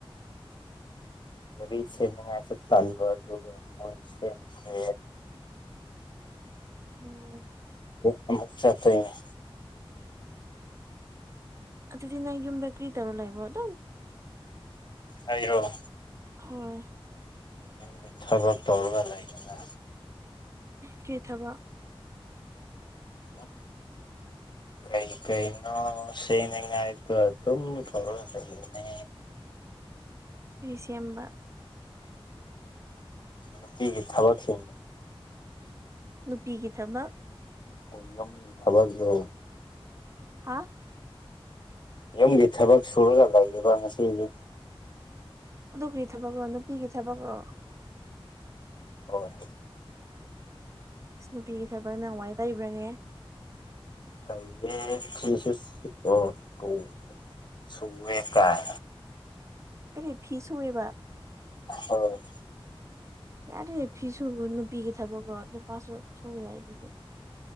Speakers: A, on the left; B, on the right.
A: ꯑꯗꯨꯔꯤꯁꯦ ꯉꯥꯏꯁꯨ ꯇꯜꯕ ꯑꯗꯨꯒ ꯃꯣꯏꯁ ꯈ
B: ꯎꯝ
A: ꯗꯤ ꯁꯦꯠꯇꯦ <unintelligible>
B: ꯑꯗꯨꯗꯤ ꯅ ꯌꯨꯝꯗ ꯀ꯭ꯔꯤ ꯇꯧꯔ ꯂꯩꯕꯣ ꯑꯗꯨꯝ
A: ꯑꯩꯔꯣ
B: ꯍꯣꯏ
A: ꯌꯨꯝꯒꯤ ꯊꯕꯛ ꯇꯧꯔꯒ ꯂꯩꯗꯅ
B: ꯀꯔꯤ ꯊꯕꯛ
A: ꯑ <inaudible> ꯀꯔꯤ ꯀꯔꯤꯅꯣ ꯁꯦꯝꯅꯤꯡꯉꯥꯢ ꯗ ꯑꯗꯨꯝ ꯇꯧꯔꯒ ꯂꯩꯕꯅꯦ
B: ꯀꯔꯤ ꯁꯦꯝꯕ
A: ꯅꯨꯄꯤꯒꯤ ꯊꯕꯛꯁꯤꯡꯅꯦ
B: ꯅꯨꯄꯤꯒꯤ ꯊꯕꯛ
A: ꯎꯅꯝꯒꯤ ꯊꯕꯛꯂꯣ
B: ꯍꯥꯥ
A: ꯌꯨꯝꯒꯤ ꯊꯕꯛ ꯁꯨꯔꯒ ꯂꯩꯌꯦꯕ ꯉꯁꯤꯗꯤ
B: ꯑꯗꯨꯒꯤ ꯊꯕꯛꯔꯣ ꯅꯨꯄꯤꯒꯤ ꯊꯕꯛꯔꯣ
A: ꯍꯣꯏ
B: ꯏꯁ ꯅꯨꯄꯤ ꯊꯕꯛꯅ ꯋꯥꯏ ꯇꯩꯕ꯭ꯔꯅꯦ
A: ꯀꯩꯅꯦ ꯊ꯭ꯔꯤ ꯁꯤꯛꯁ ꯐ ꯇꯨ ꯁꯨꯋ ꯀ <unintelligible>
B: ꯀꯔꯤ ꯐꯤ ꯁꯨꯏꯦꯕ
A: ꯍꯣꯢ
B: ꯌꯥꯔꯦ ꯐꯤꯁꯨ ꯅꯨꯄꯤꯒꯤ ꯊꯕꯛꯀꯣ ꯅꯨꯄꯥꯁꯨ ꯁꯨꯕ ꯌꯥꯏ ꯑꯗꯨꯗꯤ